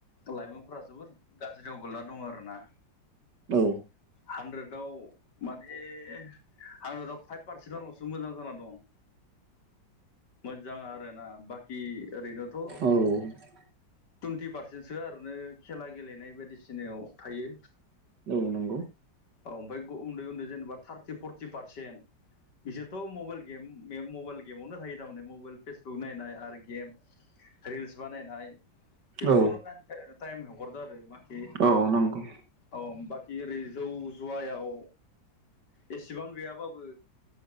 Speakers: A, on the left; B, on the right.
A: लाइमोनफोरा जोबोद गाज्रियाव गोगलैना दङ आरोना
B: औ
A: हानद्रेदाव माने हानद्रेदाव फाइभ पारसे सिबांलसो मोजां जाना दं मोजां आरोना बाखि ओरैनोथ'
B: औ
A: टुइन्टि पारसेनसोआ आरैनो खेला गेलेनाय बायदिसिनायाव थायो
B: औ नंगौ
A: औ ओमफ्राय उन्दै उन्दै जेनेबा थार्टि फरटि पारसेन्ट बिसोरथ' मबाइल गेम मबाइल गेमावनो थायो थारमाने मबाइल फेसबुक नायनाय आरो गेम रिल्स बानायनायनाय बेफोरावनो
B: औ
A: टाइम हगरदो आरो बाखि
B: औ नंगौ
A: औ बि जौ जुवायाव एसेबां गैयाबाबो